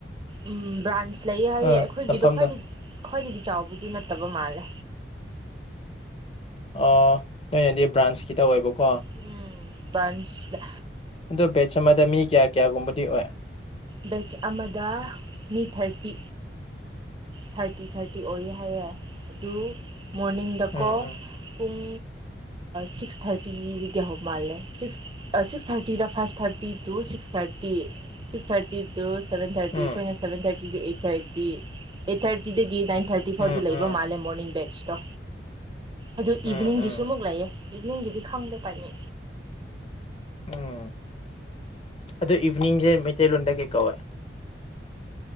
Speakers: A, on the right; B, on the left.
A: ꯎꯝ ꯕ꯭ꯔꯥꯟꯁ ꯂꯩꯌꯦ ꯍꯥꯏꯌꯦ
B: ꯎꯝ
A: ꯑꯩꯈꯣꯏꯒꯤꯗꯣ
B: ꯇꯝꯐꯝꯗꯣ
A: ꯈ꯭ꯋꯥꯏꯗꯒꯤ ꯈ꯭ꯋꯥꯏꯗꯒꯤ ꯆꯥꯎꯕꯗꯨ ꯅꯠꯇꯕ ꯃꯥꯜꯂꯦ
B: ꯑꯣ ꯅꯣꯏꯅꯗꯤ ꯕ꯭ꯔꯥꯟꯁꯀꯤꯇ ꯑꯣꯏꯕꯀꯣ
A: ꯎꯝ ꯟꯁꯂ
B: ꯑꯣ ꯕꯦꯠꯆ ꯑꯃꯗ ꯃꯤ ꯀꯌꯥ ꯀꯌꯥꯒꯨꯝꯕꯗꯤ ꯑꯣꯏ
A: ꯕꯦꯆ ꯑꯃꯗ ꯃꯤ ꯊꯥꯔꯇꯤ ꯊꯥꯔꯇꯤ ꯊꯥꯔꯇꯤ ꯑꯣꯏꯌꯦ ꯍꯥꯏꯌꯦ ꯑꯗꯨ ꯃꯣꯔꯅꯤꯡ ꯗꯀꯣ
B: ꯎꯝ ꯎꯝ
A: ꯄꯨꯡ ꯁꯤꯛꯁ ꯊꯔꯇꯤ ꯤ ꯦꯍꯧ ꯃꯥꯜꯂꯦ ꯁꯤꯛꯁ ꯁꯤꯛꯁ ꯊꯥꯔꯇꯤꯗ five thirty two six thirty six thirty two seven thirty
B: ꯎꯝ
A: ꯑꯩꯈꯣꯏꯅ ꯁꯚꯦꯟ ꯊꯥꯔꯇꯤꯗ ꯑꯩꯠ ꯊꯥꯔꯇꯤ ꯑꯩꯠ ꯊꯥꯔꯇꯤꯗꯒꯤ ꯅꯥꯏꯟ ꯊꯥꯔꯇꯤ ꯐꯇꯤ ꯐꯥꯎꯗꯤ
B: ꯎꯝ ꯎꯝ
A: ꯂꯩꯕ
B: ꯎꯝ
A: ꯃꯥꯜꯂꯦ ꯃꯣꯔꯅꯤꯡ ꯕꯦꯦꯛꯁꯇꯣ ꯑꯗꯨ
B: ꯎꯝ
A: ꯏꯚꯅꯤꯡꯒꯤꯁꯨ
B: ꯎꯝ
A: ꯑꯃꯨꯛ ꯂꯩꯑꯌꯦ ꯏꯚꯅꯤꯡꯒꯤꯗꯤ ꯈꯪꯗ ꯇꯥꯏꯅꯤ
B: ꯎꯝ ꯑꯗꯨꯣ ꯏꯚꯅꯤꯡꯁꯦ ꯃꯩꯇꯩꯂꯣꯟꯗ ꯀꯩ ꯀꯧꯋꯦ